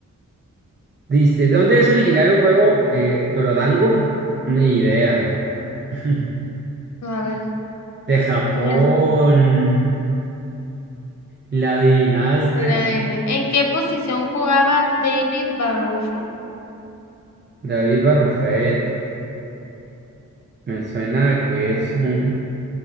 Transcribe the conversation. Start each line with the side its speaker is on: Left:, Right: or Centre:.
Right: Dice, ¿de dónde es originario el juego eh, Dorodango? Ni idea. <laughs>
Left: a ver,
Right: De Japón.
Left: mira,
Right: La adivinaste.
Left: mira, adivine. ¿En qué posición jugaba David Barofet?
Right: David Barrufet. Me suena a que es un